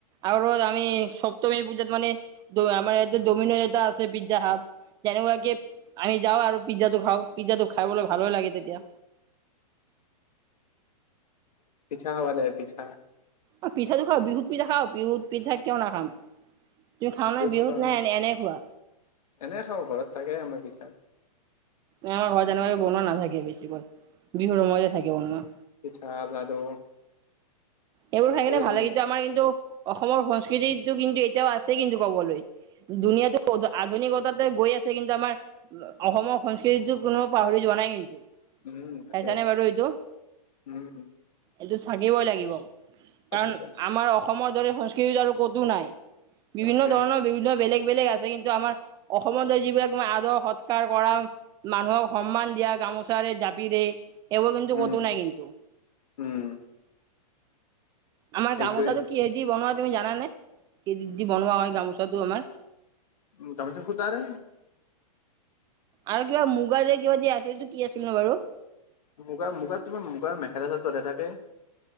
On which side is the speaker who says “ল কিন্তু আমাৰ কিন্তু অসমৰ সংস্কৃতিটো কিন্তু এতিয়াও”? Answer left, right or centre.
Right